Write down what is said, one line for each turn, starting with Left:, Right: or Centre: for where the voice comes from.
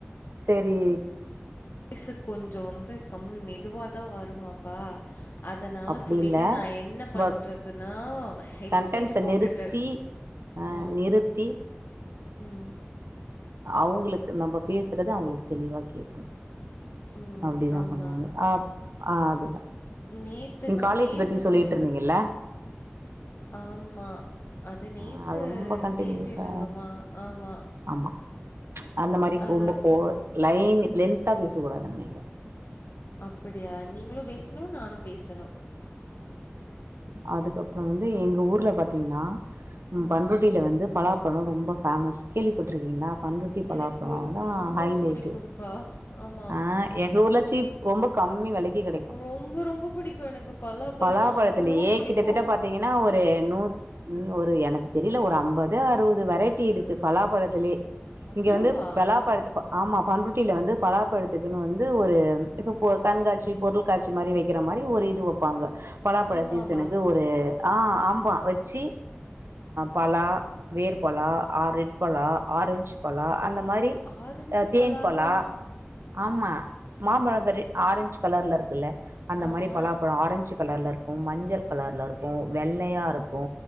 Right: சரி
Left: ஸ் கொஞ்சம் வந்து கம்மி மெதுவாதான் வருமாப்பா அதனால
Right: அப்டி
Left: சொல்லிட்டு
Right: இல்ல
Left: நான் என்ன பண்றதுன்னா
Right: ஒர்க்
Left: ஹெட்சிட்டு
Right: சென்டன்ஸ
Left: போட்டுட்டு
Right: நிறுத்தி அ
Left: உம்
Right: நிறுத்தி
Left: உம்
Right: அவங்களுக் நம்ம பேசுறது அவங்களுக்கு தெளிவா கேட்கணும்
Left: ம்.
Right: அப்படிதான்
Left: ஆமா.
Right: பண்ணாங்க அ ஆஹ் அதுதான்
Left: நேத்து
Right: நீங்க
Left: நான்
Right: காலேஜ்
Left: பேசும்போது
Right: பத்தி சொல்லிட்டு இருந்தீங்கல்ல
Left: ஆமா அது நேத்து
Right: ஆ அது ரொம்ப கண்டினியூஸா
Left: பேசிட்டு இருந்தோமா ஆமா
Right: ஆமா அந்த மாரி
Left: அது
Right: ரொம்ப
Left: வந்து
Right: கோ லைன்னு இது லென்தா பேச கூடாது நினைக்கிறேன்
Left: அப்படியா நீங் களும் பேசனும் நானும் பேசணும்
Right: அதுக்கப்புறம் வந்து எங்கள் ஊர்ல பாத்தீங்கன்னா உ
Left: ம்.
Right: பண்ருட்டில வந்து பலாப் பழம் ரொம்ப ஃபேமஸ் கேள்விப்பட்டுருக்கீங்களா பண்ருட்டிட பலாப்பழம்
Left: எனக்கு
Right: அதான்
Left: ரொம்ப
Right: ஹை
Left: பிடிக்கும்பா.
Right: லைட்டு
Left: ஆமா.
Right: ஆஹ எங்க ஊர்லாச்சு சீப் ரொம்ப கம்மி விலக்கி கிடைக்
Left: ரொம்ப ரொம்ப பிடிக்கும் எனக்கு பலாப்பழம்னா
Right: பலாபழத்துலயே
Left: அவ்ளோ பிடிக்கும்.
Right: கிட்டத்தட்ட பாத்தீங்கனா ஒரு நூத் ஒரு எனக்கு தெரில ஒரு அம்பது அறுவது வெரைட்டி இருக்கு பலாபழத்துலே
Left: அவ்ளோவா?
Right: இங்க வந்து பலாபழத் ப ஆமா பண்ருட்டில வந்து பலாப்பழத்துக்குன் வந்து ஒரு இப்ப கண்காட்சி பொருள் காட்சி மாரி வைக்கிற மாரி ஒரு இது வப்பாங்க பலாபழ
Left: நிஜமாவா?
Right: சீசனுக்கு ஒரு ஆ ஆம்பா வச்சி பலா வேர் பலா ஆ ரெட் பலா ஆரஞ்சு பலா அந்த மாரி
Left: ஆரஞ்சு
Right: அ தேன்
Left: பலாவா?
Right: பலா ஆமா மாம்பழ மரி ஆரஞ்ச் கலர்லருக் குல்ல அந்த
Left: ஆமா.
Right: மாரி பலாபழ ஆரஞ்சுக் கலர்லருக்கூ மஞ்சள் கலர்லருக்கூ வெள்ளையாருக் க்கூ